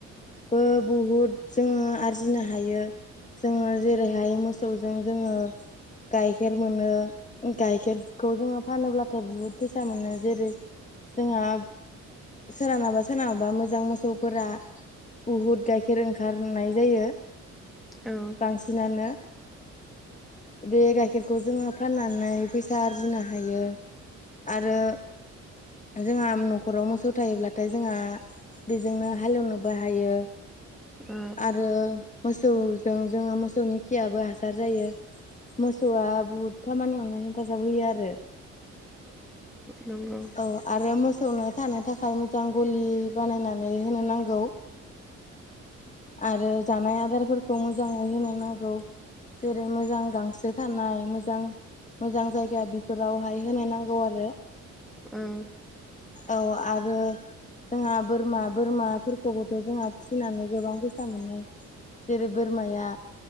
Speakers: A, on the left (about 25°); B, in the centre.
A: बो बहुद जोंङो आरजिनो हायो। जोंङो जेरैहाय मोसौवजों जोंङो गाइखेर मोनो गाइखेरखौ जोंङो फानोब्लाथाय बुहुद फैसा मोनो जेरै जोंहा सोरनाबा सोरनाबा मोजां मोसौव फोरा बहुद गाइखेर ओंखारनाय जायो।
B: औ।
A: बांसिनानो। बे गाइखेरखौ जोङो फाननानै फैसा आरजिनो हायो। आरो। जोंहा न'खराव मोसौ थायोब्लाथाय जोंहा बेजोंनो हालेवनो। बाहायो।
B: ओ।
A: आरो मोसौजों जोंङो मोसौनि खियाबो हासार जायो। मोसौव आ बुहुद खामानियावनो हेफाजाब होयो आरो
B: नंगौ।
A: औ आरो मोसौवनो थानो थाखाय मोजां गलि बानायनानै होनो नांगौव। आरो जानाय आदारफोरखौ मोजांङै होनो नांगौव जेरै मोजां गांसो थानाय मोजां मोजां जायगा बेफोरावहाय होनाय नांगौ आरो।
B: ओम।
A: औ आरो जोंहा बोरमा-बोरमाफोरखौबो। जोंहा फिसिनानै गोबां फैसा मोनो। जेरै बोरमाया